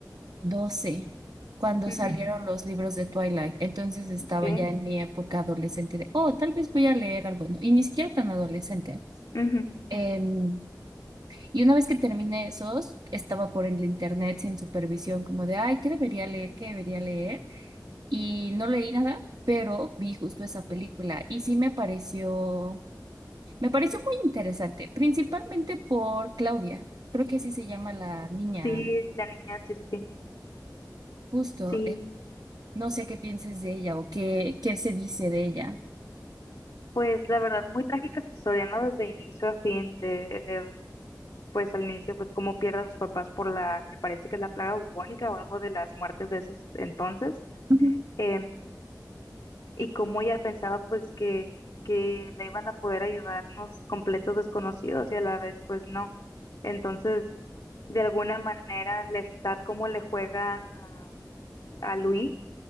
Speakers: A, on the right (about 60°); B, on the left (about 65°).
A: 12 cuando
B: ujú,
A: salieron los libros de Twilight, entonces estaba
B: ok,
A: ya en mi época adolescente de, oh, tal vez voy a leer algo, ¿no? Y ni siquiera tan adolescente.
B: ujú.
A: Em, y una vez que terminé esos, estaba por el internet sin supervisión, como de, ay, ¿qué debería leer? ¿Qué debería leer? Y no leí nada, pero vi justo esa película y sí me pareció me pareció muy interesante, principalmente por Claudia. Creo que así se llama la niña,
B: Sí, la niña, sí, sí, sí.
A: justo.
B: Sí,
A: eh, no sé qué piensas de ella o qué, qué se dice de ella.
B: pues la verdad, muy trágica su historia, ¿no? Desde inicio a fin, de, de, pues al inicio, pues cómo pierde a sus papás por la, me parece que es la plaga bubónica o algo de las muertes de esos entonces.
A: Ujú.
B: Em, y cómo ella pensaba pues que, que le iban a poder ayudar unos completos desconocidos y a la vez pues no. Entonces, de alguna manera, Lestat cómo le juega a, a Louis,